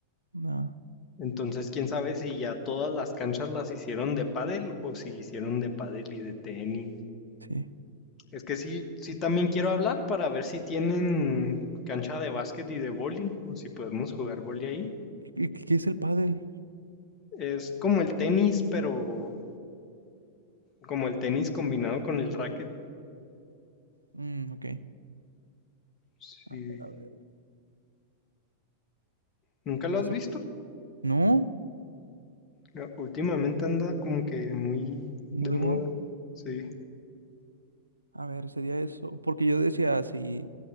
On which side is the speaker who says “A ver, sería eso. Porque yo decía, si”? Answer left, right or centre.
Right